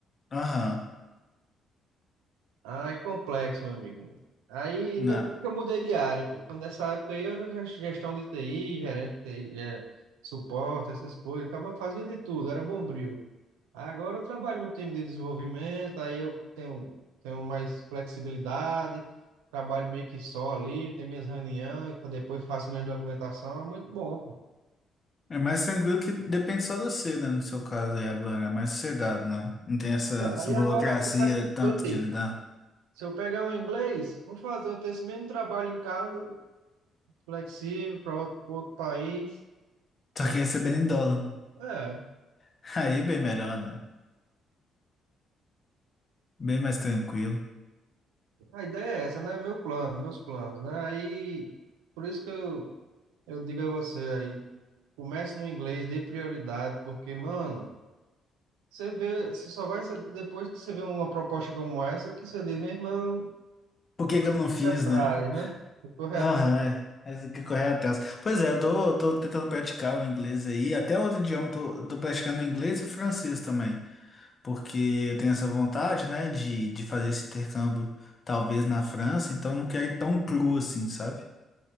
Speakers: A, on the left (about 40°); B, on the right (about 85°).
A: Aham.
B: Ah, é complexo, meu amigo. Aí,
A: Né?
B: ainda bem que eu mudei de área, pô. Quando nessa época aí, eu era ges- gestão de TI, gerente de TI, é, suporte, essas coisas. Acaba fazia de tudo, era bombril. Agora eu trabalho no time de desenvolvimento, aí eu tenho, tenho mais flexibilidade, trabalho meio que só ali, tenho minhas reuniões, pra depois faço minha documentação, é muito bom, pô.
A: É mais tranquilo que depende só de você, né? No seu caso aí agora. É mais sossegado, né? Não tem essa,
B: É,
A: essa
B: aí
A: burocracia
B: agora, se eu pegar
A: tanto
B: inglês,
A: de lidar.
B: se eu pegar um inglês, vou fazer eu ter esse mesmo trabalho em casa, flexível para outro, pra outro país,
A: Só
B: né?
A: que recebendo em dólar, né?
B: É,
A: <laughs> Aí é bem melhor, né? Bem mais tranquilo.
B: a ideia é essa, né? Meu plano, meus planos, né? Aí, por isso que eu, eu digo a você aí, comece no inglês, dê prioridade, porque, mano, você vê, você só vai, se- depois que você vê uma proposta como essa, que você diz, meu irmão,
A: Por
B: agora
A: que que
B: eu
A: eu
B: vou
A: não fiz,
B: correr atrás,
A: né?
B: né? Eu Vou correr
A: Aham,
B: at-
A: é. Aí tem que correr atrás. Pois é, eu tô, tô tentando praticar o inglês aí. Até outro idioma, tô, tô praticando inglês e francês também. porque eu tenho essa vontade, né, de, de fazer esse intercâmbio, talvez na França, então eu não quero ir tão cru assim, sabe?